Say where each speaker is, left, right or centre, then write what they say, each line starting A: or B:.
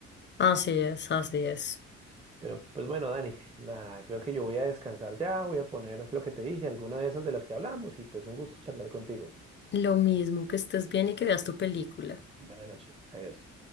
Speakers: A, on the left; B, on the right.
A: así es, así es.
B: Pero pues bueno, Dani, nada, creo que yo voy a descansar ya, voy a poner lo que te dije, alguna de esas de las que hablamos y pues un gusto charlar contigo.
A: Lo mismo que estés bien y que veas tu película.
B: Buenas noches, adiós.